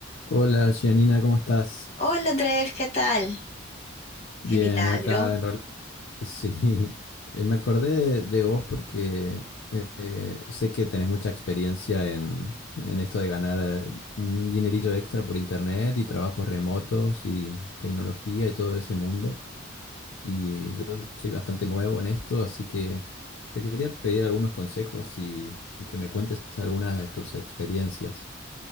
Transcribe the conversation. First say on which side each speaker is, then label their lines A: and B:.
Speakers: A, on the left; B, on the left.
A: Hola, Gianina, ¿cómo estás?
B: Hola Andrés, ¿qué tal?
A: Bien,
B: Qué milagro.
A: acá en real... Sí, <laughs> eh, me acordé de, de vos porque eh, eh, sé que tenés mucha experiencia en, en esto de ganar eh, un dinerillo extra por internet y trabajos remotos y tecnología y todo ese mundo. Y yo soy bastante nuevo en esto, así que te quería pedir algunos consejos y, y que me cuentes algunas de tus experiencias.